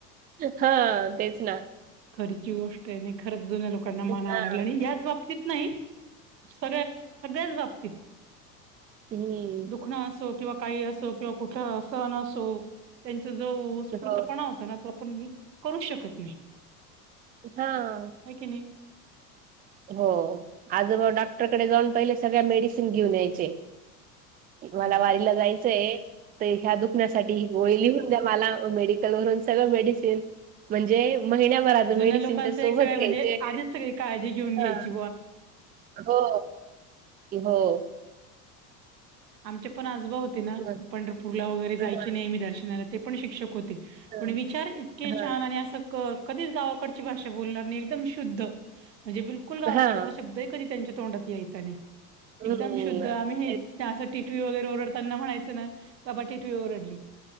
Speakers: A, on the right; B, on the right.
A: हा तेच ना,
B: खरीची गोष्ट आहे, आणि खरंच जुन्या लोकांना
A: हा
B: मानावं लागलं आणि याच बाबतीत नाही. सगळ्या -सगळ्याच बाबतीत.
A: हम्,
B: दुखणं असो किंवा काही असो किंवा कुठं असह न असो. त्यांचा जो स्फूर्तपणा
A: हो
B: होता, ना तो आपण करू शकत नाही?
A: हा,
B: क नाही?
A: हो आजबाऊ डॉक्टरकडे जाऊन पहिले सगळ्या मेडिसिन घेऊन यायचे. मला
B: हम्म.
A: वारीला जायचंय, तर ह्या दुखण्यासाठी गोड़ी लिहुन दया मला मेडिकल वून मेडिसिन म्हणजे, म म
B: जुन्या
A: मेडिसिन
B: लोकांचं
A: त्या सोबत
B: एक सगळ्या
A: घ्यायचे?
B: म्हणजे आधीच सगळी काळजी घ्याची.
A: हां. हो की हो,
B: आमचे पण आजबा होते ना,
A: हं,
B: पंढरपूरला वगैरे जायचे
A: हां,
B: नाही म्ही दर्शनाला ते पण शिक्षक होते?
A: हां,
B: पण विचार इतके
A: हां,
B: छान आणि असं, कधीच गावाकडची भाषा बोलणार नाही, एकदम शुद्ध म्हणजे बिलु. कुल गावाकडचा
A: हां.
B: शब्द आहे कधी त्यांच्या तोंडात यायचा नाही,
A: हं,
B: एकदम शुद्ध आम्ही हे!
A: तेच.
B: असं टिटवी वगैरे ओरडताना म्हणायचं ना, बाबा टिटवी ओरडली.